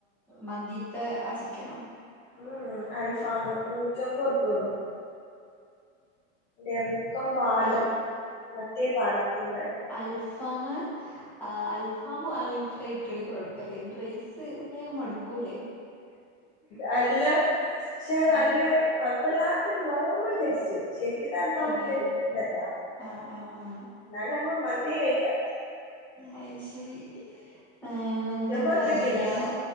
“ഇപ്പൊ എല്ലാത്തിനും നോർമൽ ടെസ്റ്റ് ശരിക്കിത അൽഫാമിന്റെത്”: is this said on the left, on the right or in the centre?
Left